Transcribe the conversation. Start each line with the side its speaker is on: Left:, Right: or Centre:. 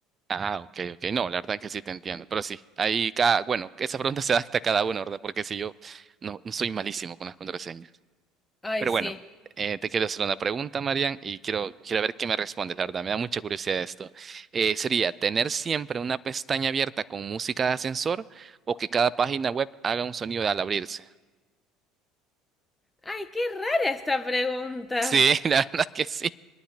Right: Ah, ok, ok. No, la verdad que sí te entiendo. Pero sí, ahí cada, bueno, que esa pregunta se adapta a cada uno, ¿verdad? Porque si yo no, no soy malísimo con las contraseñas.
Left: Ay,
Right: Pero
Left: sí.
Right: bueno, eh, te quiero hacer una pregunta, Marian, y quiero, quiero ver qué me respondes, la verdad. Me da mucha curiosidad esto. Eh, sería tener siempre una pestaña abierta con música de ascensor o que cada página web haga un sonido al abrirse.
Left: Ay, qué rara esta pregunta.
Right: Sí, <laughs> la verdad que sí.